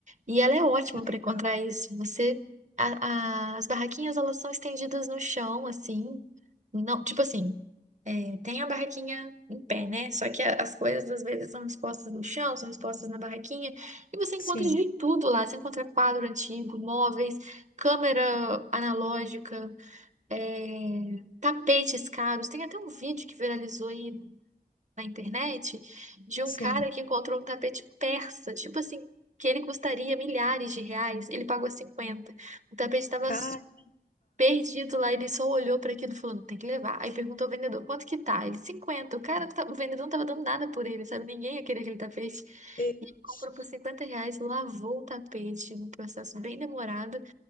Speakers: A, on the right; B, on the left.
A: E ela é ótima
B: Que le-
A: para encontrar isso. Você, a- a- as barraquinhas elas são estendidas no chão, assim. Não, tipo assim, é, tem a barraquinha em pé, né? Só que a- as coisas às vezes são expostas no chão, são expostas na barraquinha. E você encontra
B: Sim,
A: de tudo lá. Você encontra quadro antigo, móveis, câmera analógica é, tapetes caros. Tem até um vídeo que viralizou aí na internet de um
B: sim.
A: cara que encontrou um tapete persa, tipo assim, que ele custaria milhares de reais, ele pagou 50. O tapete estava
B: Caipa.
A: perdido lá, ele só olhou para aquilo e falou, não, tem que levar. Aí perguntou ao vendedor, quanto que tá? Ele, 50. O cara, não tá- o vendedor não estava dando nada por ele, sabe? Ninguém ia querer aquele tapete.
B: Deus.
A: E ele comprou por 50 reais, lavou o tapete, um processo bem demorado,